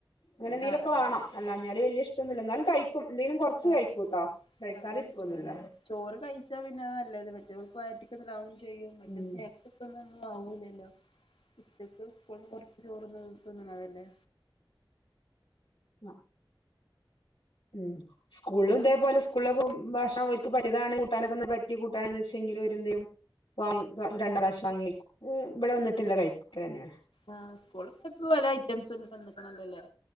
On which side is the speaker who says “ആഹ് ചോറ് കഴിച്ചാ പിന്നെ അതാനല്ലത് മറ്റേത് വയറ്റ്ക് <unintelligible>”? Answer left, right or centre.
Left